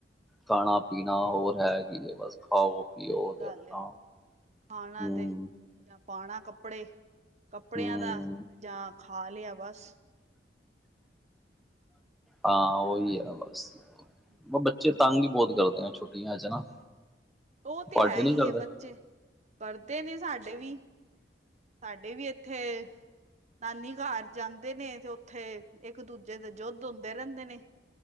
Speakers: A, in the centre; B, on the right.
A: ਖਾਣਾ ਪੀਣਾ ਹੋਰ ਹੈ, ਕੀ ਬਸ ਖਾਓ। ਪੀਓ
B: ਸਹੀ
A: ਤੇ
B: ਗੱਲ
A: ਆਪਣਾ
B: ਹੈ, ਖਾਣਾ
A: ਹੂੰ
B: ਤੇ ਜਾਂ ਪਾਣਾ ਕੱਪੜੇ, ਕੱਪੜਿਆਂ
A: ਹੂੰ
B: ਦਾ ਜਾਂ ਖਾ ਲਿਆ ਬਸ।
A: ਹਾਂ, ਉਹੀ ਆ ਬਸ।
B: <inaudible>
A: ਬੱਚੇ ਤੰਗ ਈ ਬਹੁਤ ਕਰਦੇ ਐ ਛੁੱਟੀਆਂ ਚ ਨਾ।
B: ਓਹ ਤੇ
A: ਤੁਹਾਡੇ
B: ਹੈ
A: ਨੀ
B: ਹੀ
A: ਕਰਦੇ?
B: ਏ ਬੱਚੇ ਕਰਦੇ ਨੇ ਸਾਡੇ ਵੀ। ਸਾਡੇ ਵੀ ਇੱਥੇ ਨਾਨੀ ਘਰ ਜਾਂਦੇ ਨੇ, ਤੇ ਓਥੇ ਇੱਕ-ਦੂਜੇ ਦੇ ਯੁੱਧ ਹੁੰਦੇ ਰਹਿੰਦੇ ਨੇ।